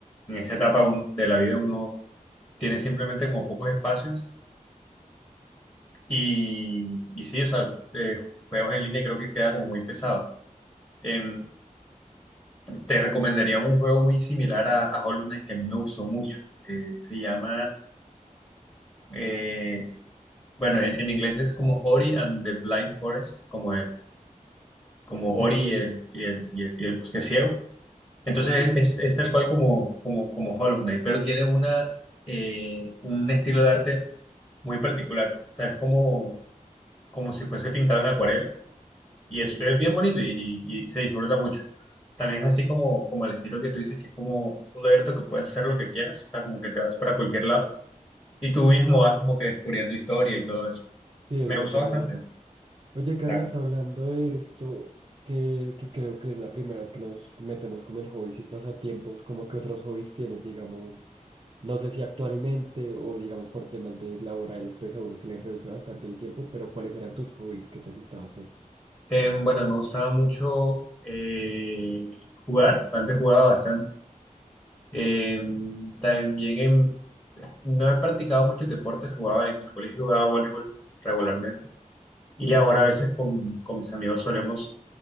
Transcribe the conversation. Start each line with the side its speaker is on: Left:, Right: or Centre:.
Left: en esa etapa un- de la vida uno tiene simplemente como pocos espacios. Y, y sí, o sea, eh, juegos en línea creo que queda como muy pesado. Em, te recomendaría un juego muy similar a, a Hollow Knight que a mí me gustó mucho. Eh, se llama, eh, bueno, en, en inglés es como Ori and the Blind Forest, como el, como Ori
Right: Ok,
Left: y el, y el, y el, y el bosque ciego. Entonces
Right: ok,
Left: es,
Right: ne-
Left: es tal cual como, como, como Hollow Knight, pero tiene una, eh, un estilo de arte muy particular. O sea, es como, como si fuese pintado en acuarela Y es,
Right: oye,
Left: es bien bonito y, y- y se disfruta mucho. También es así como, como el estilo que tú dices, que es como abierto, que puedes hacer lo que quieras, o sea, como que te vas para cualquier lado y tú mismo vas como que descubriendo historia y todo eso.
Right: sí, desbloqueando
Left: Me gustó bastante,
Right: mapa. Oye, Carlos,
Left: la verdad.
Right: hablando de esto, que, que creo que es la primera vez que nos metemos como en hobbies y pasatiempos, como que otros hobbies tienes, digamos, no sé si actualmente o digamos por temas de laborales, pues a uno se le reduce bastante el tiempo, pero ¿cuáles eran tus hobbies que te gustaba hacer?
Left: Em, bueno, me gustaba mucho eh, jugar, antes jugaba bastante. Em, también em, no he practicado muchos deportes, jugaba en el colegio, jugaba voleibol regularmente. Y ahora a veces con, con mis amigos solemos